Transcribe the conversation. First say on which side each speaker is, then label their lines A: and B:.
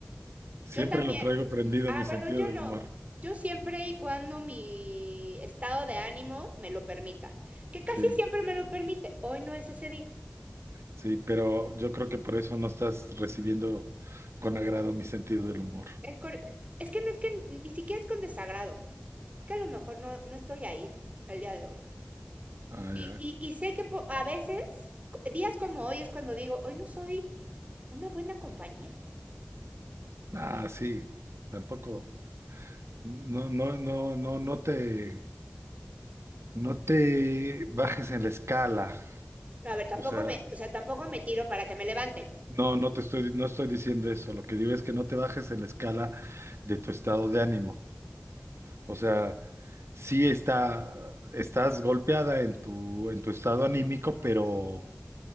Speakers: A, on the right (about 85°); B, on the right (about 30°).
A: Siempre
B: Yo también.
A: lo traigo prendido,
B: Ah,
A: mi sentido
B: bueno, yo
A: del
B: no.
A: humor.
B: Yo siempre y cuando mi estado de ánimo me lo permita, que casi
A: Sí,
B: siempre me lo permite. Hoy no es ese día.
A: sí, pero yo creo que por eso no estás recibiendo con agrado mi sentido del humor.
B: El cor- Es que no es que ni siquiera es con desagrado. Es que a lo mejor no, no estoy ahí el día de hoy.
A: Ah,
B: Y,
A: ya.
B: y, y sé que po- a veces, co- días como hoy es cuando digo, hoy no soy una buena compañía.
A: Ah, sí, tampoco. No, no, no, no, no te, no te bajes en la escala.
B: No, a ver,
A: O
B: tampoco
A: sea,
B: me, o sea, tampoco me tiro para que me levanten.
A: no, no te estoy, no estoy diciendo eso. Lo que digo es que no te bajes en la escala de tu estado de ánimo. O sea, sí está, estás golpeada en tu, en tu estado anímico, pero,